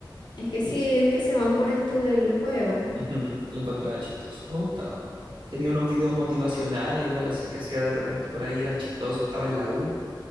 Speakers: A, on the left; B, on the right.
A: Es que
B: Y
A: sí, es que se van por esto del juego.
B: <laughs> ujú, lo encontraba chistoso, me gustaba. Tenía unos videos motivacionales, igual así que hacía de repente por ahí, eran chistosos, estaba en la U